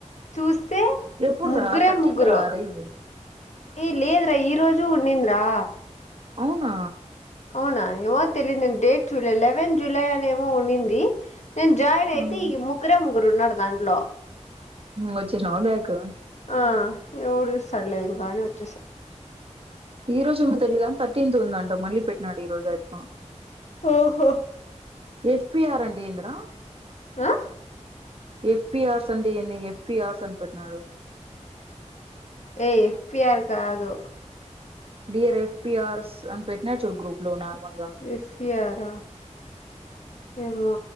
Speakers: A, on the left; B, on the right.
A: చూస్తే
B: ఎప్పుడు
A: ముగ్గురే
B: రా థర్టీన్త్
A: ముగ్గురు
B: రా రేయ్
A: ఏ లేదురా ఈ రోజు ఉండింద్రా
B: అవునా
A: అవునా ఏమో తెలిద్ నేన్ డేట్ చులే లెవన్ జూలై అని ఏమో ఉండింది నేన్ జాయిన్
B: హ్మ్
A: అయితే ఈ ముగ్గురే ముగ్గురున్నారు దాంట్లో
B: వచ్చినవ బ్యాక్
A: ఆ ఎవ్డుచుస్గాని ఒచేసా
B: ఈ రోజు గుడ తెలిదా తర్టీన్త్ న ఉందంట మళ్లి పెట్నాడు ఈ రోజా ఐప్ప
A: ఓహో
B: ఎఫ్పీఆర్ అంటేందిర
A: ఆ
B: ఎఫ్పిఆర్స్ అండేంది ఎఫ్మీఆర్స్ అన్పట్ట్న్నాడు
A: ఏఎఫ్పీఆర్ కాదు
B: డిఆర్ ఎఫ్ పి ఆర్స్ అన్పెట్టిన చూడ్ గ్రూప్లో నార్మల్గా
A: ఎఫ్పీఆరా ఏమో